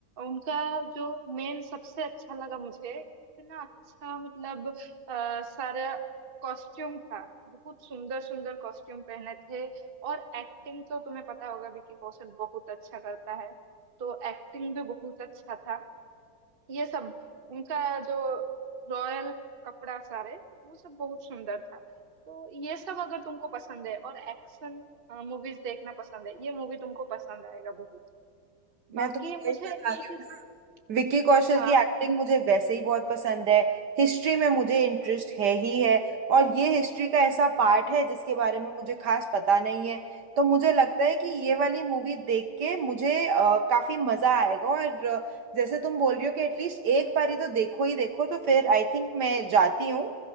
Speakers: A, on the right; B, on the right.
A: उनका जो मेन सबसे अच्छा लगा मुझे इतना अच्छा मतलब अ, सारा कॉस्ट्यूम था बहुत सुंदर सुंदर कॉस्ट्यूम पहने थे और एक्टिंग तो तुम्हें पता होगा विकी कौशल बहुत अच्छा करता है तो एक्टिंग भी बहुत अच्छा था ये सब उनका जो रॉयल कपड़ा सारे वो सब बहुत सुंदर था तो ये सब अगर तुमको पसंद है और एक्शन मूवीज देखना पसंद है ये मूवी तुमको पसंद आएगा बहुत
B: मैं
A: बाकी
B: तुम्हें
A: मुझे
B: वही बता
A: एक
B: रही हूँ
A: ही
B: विक्की कौशल
A: हाँ
B: की एक्टिंग मुझे वैसे ही बहुत पसंद है हिस्ट्री में मुझे इंटरेस्ट है ही है और ये हिस्ट्री का ऐसा पार्ट है जिसके बारे में मुझे खास पता नहीं है तो मुझे लगता है कि ये वाली मूवी देख के मुझे अ, काफी मजा आएगा और अ, जैसे तुम बोल रही हो कि एटलीस्ट एक बारी तो देखो ही देखो तो फिर आई थिंक मैं जाती हूँ